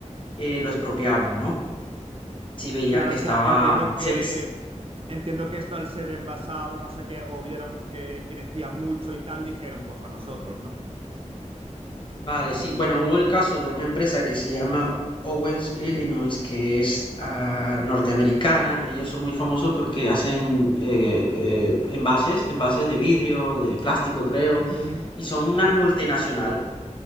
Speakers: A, on the left; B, on the right.
A: eh, lo expropiaban, ¿no? Si veían
B: Claro,
A: que
B: o sea,
A: estaba...
B: entiendo
A: mm,
B: que
A: se-
B: entiendo que esto al ser envasado, no sé qué, o vieron que crecía mucho y tal, dijeron, pues para nosotros, ¿no?
A: Vale, sí. Bueno, hubo el caso de una empresa que se llama Owens, Illinois, que es ah,
B: Ajá.
A: norteamericana. Ellos son muy famosos porque hacen eh, eh, envases, envases de vidrio, de plástico, creo,
B: Ujú.
A: y son una multinacional.